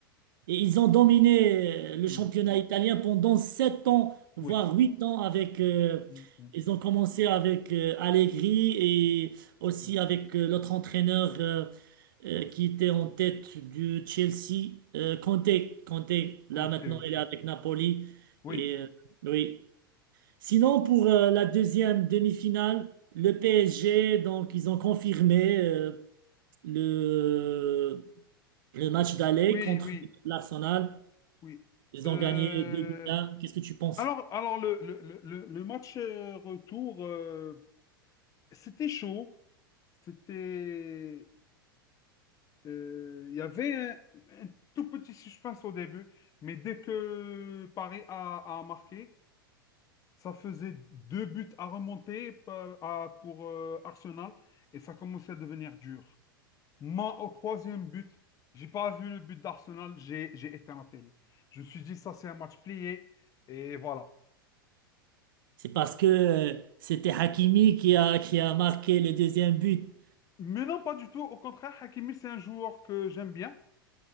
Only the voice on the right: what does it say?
Et ils ont dominé euh, le
championnat italien pendant 7 ans, voire
8 ans avec... euh,
ils
ont commencé avec euh, Allegri et aussi
avec euh, l'autre entraîneur euh, euh, qui était en tête du Chelsea, euh, Conte. Conte, là
maintenant,
il est avec Napoli.
Et, euh, oui. Sinon, pour euh, la deuxième demi-finale, le PSG, donc ils ont confirmé euh, le, le match d'aller
contre
l'Arsenal.
Ils
ont gagné 2 1. Qu'est-ce que tu penses?
C'est parce que euh, c'était Hakimi qui a, qui a marqué le deuxième but.